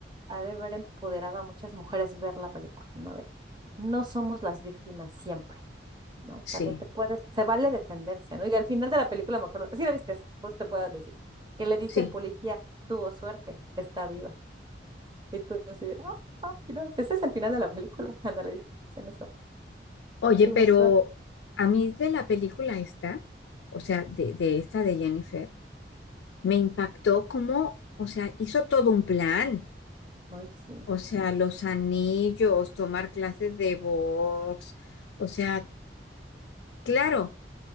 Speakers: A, on the right; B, on the left.
A: ha de haber empoderado a muchas mujeres ver la película, ¿no? De no somos las víctimas siempre, ¿no?
B: sí,
A: También te puedes, se vale defenderse, ¿no? Y al final de la película me acuerdo, sí la viste, esa, por eso te puedo decir, que le dice
B: sí.
A: el policía, tuvo suerte, está viva. Y tú así de, ah, ah, mira, ese es el final de la película, cuando le dicen eso,
B: Oye,
A: tuvo
B: pero
A: suerte.
B: a mí de la película esta, o sea, de, de esta de Jennifer, me impactó como, o sea, hizo todo un plan.
A: Ay, sí,
B: O sea, los anillos, tomar clases de box, o sea, Claro